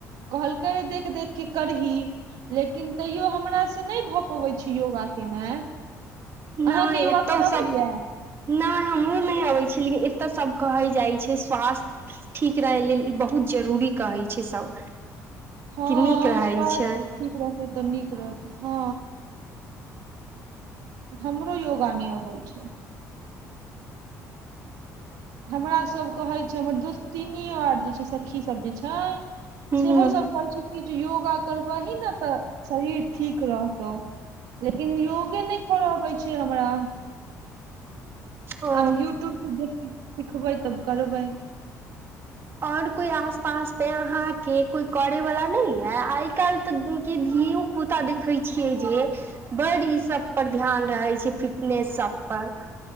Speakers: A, on the right; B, on the right.
A: कहलकै हे देख देख के करही लेकिन तैयो हमरास से नहि भऽ पबैत छै योगा केनाइ अहाँके
B: नहि
A: योगा
B: एतौ
A: करा अबैया
B: सब नहि हमरो नहि अबैत छै लेकिन एतय सभ कहै जाइत छै स्वास्थ्य ठीक रहै लेल ई बहुत जरूरी कहै छै सभ
A: हँ
B: क नीक रहैत
A: स्वास्थ्य
B: छै
A: ठीक रहतै तऽ नीक रहतै हँ हमरो योगा नहि अबै छै हमरा सब कहैत छै हमर दोस्ततीनो आर जे छै सखी सब जे छै
B: हूँ
A: सेहोसभ कहैत छै कि जे योगा करबही ने तऽ शरीर ठीक रहतौ लेकिन योगे नहि करअ अबय छै हमरा
B: ओ
A: आब यूट्यूबसँ देख सिखबै तब करबै
B: और कोई आस पास पे यहां के कोई करे वाला नहं है आइ काल्हि तऽ के धियो पुता देखे छियै जे बड ई सब पर ध्यान रहे छै फिटनेस सब पर